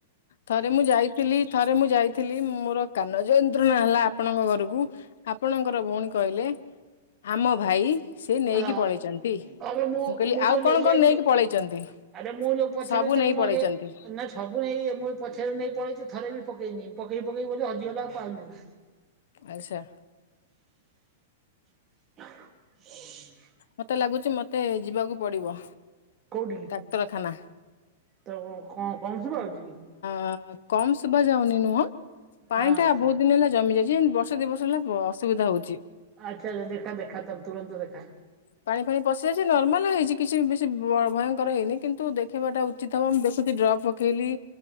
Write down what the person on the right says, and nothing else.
ଆଁ
ଆରେ
ଯୋଉ
ନେଇଯାଇଛି
ଆରେ ମୁଁ ଯୋଉ ପଛରେ
ତାକୁ
ମଗେ
ନା ସବୁ ନେଇ ମୁଁ ପଛରେ ନେଇ ପଳେଇଛି ଥରେ ବି ପକେଇନି ପକେଇ ପକେଇ ବ ହଜିଗଲା ଆଉ ପାଇଲିନି।
ହ <unintelligible>
କୋଉଠିକି
ତ କଣ? କଂସ ପା ହଉଛି କି?
ଆଚ୍ଛା
ଆଚ୍ଛାଛା ଦେଖା ଦେଖା ତ ତୁରନ୍ତ ଦେଖା।